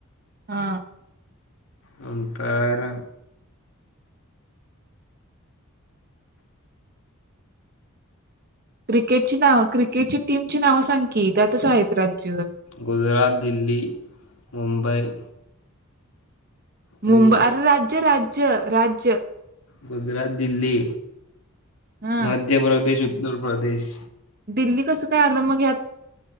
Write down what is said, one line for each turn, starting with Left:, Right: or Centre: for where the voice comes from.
Right: हा
Left: नंतर
Right: क्रिकेटची नाव क्रिकेटची टीमची नावं सांग की त्यातच आहेत राज्य
Left: गुजरात दिल्ली मुंबई आणि
Right: मुंब अर राज्य राज राज्य राज्य
Left: गुजरात दिल्ली
Right: हा
Left: मध्य प्रदेश उत्तर उत्तर प्रदेश
Right: दिल्ली कसं काय आलं मग यात